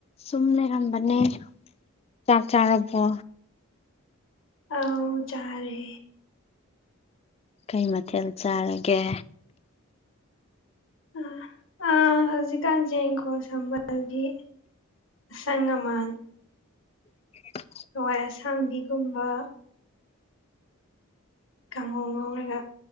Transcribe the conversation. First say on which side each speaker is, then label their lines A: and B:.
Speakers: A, on the left; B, on the left.
A: ꯁꯨꯝ ꯂꯩ ꯌꯥꯝꯕꯅꯦ ꯆꯥꯛ ꯆꯥꯔꯕꯣ
B: ꯑꯥꯎ ꯆꯥꯔꯦ
A: ꯀꯩ ꯃꯊꯦꯜ ꯆꯥꯔꯒꯦ
B: ꯎꯝ ꯑ ꯍꯧꯖꯤ ꯀꯥꯟ ꯆꯦ ꯒꯣꯜ ꯁꯝꯕꯜꯒꯤ ꯁꯉꯃꯜ
A: <inaudible>
B: ꯍꯋꯥꯏ ꯑꯁꯥꯡꯕꯤꯒꯨꯝꯕ ꯀꯥꯡꯍꯧ ꯉꯧꯔꯒ